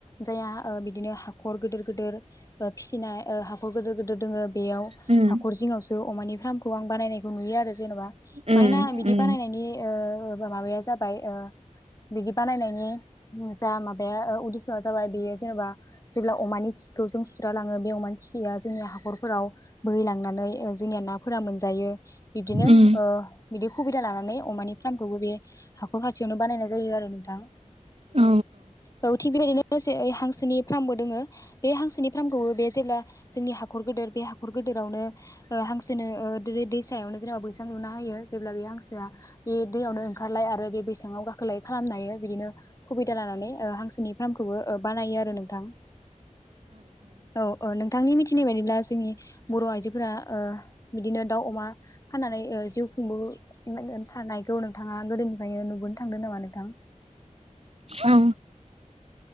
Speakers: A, on the left; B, on the right.
A: जाया बिदिनो हाखर गिदिर गिदिर फिसिनाय हाखर गिदिर गोदिर दोङो बेयाव
B: उम
A: हाख'र जिङावसो अमानि फार्मखौ आं बानायनायखौ नुयो आरो जेनेबा
B: उम
A: मानोना बिदि
B: उम
A: बानायनायनि माबाया जाबाय बिदि बानायनायनि जा माबाया उदिसआ जाबाय बेयो जेनेबा जेब्ला अमानि खिखौ जों सुुस्रा लाङो बे अमानि खिया जोंनि हाखरफोराव बोहैलांनानै जोंनिया ना फोरा मोनजायो बिबदिनो
B: उम
A: बिदि सुबिदा लानानै अमानि फानखौबो बे हाखर खाथियावनो बानायनाय जायो आरो नोंथां
B: औ
A: औ थिग बेबायदिनो लोगोसे ओइ हांसोनि फार्मबो दोङो बे हांसोनि फार्मखौबो बे जेब्ला जोंनि हा हाखर गेदेर बे हाखर गेदेरावनो हांसोनो दैसायावनो जेनेबा बैस सां लुनाहोयो जेब्ला बे हांसोआ बे दैआवनो ओखारलाय आरो बे बैसांआव गाखो खोलाय खालामनो हायो बिदिनो <inaudible> नानै अ हांसोनि फार्मखौबो बानायो आरो नोंथां औ -औ नोंथांनि मिथिनाय बायदिब्ला जोंनि बर' आइजो फोरा अ बिदिनो दाउ, अमा फाननानै जिउ खुं थानायखौ नोंथाङा आ गोदोनिफ्रायनो नुबोनो थांदों नामा नोंथां
B: औ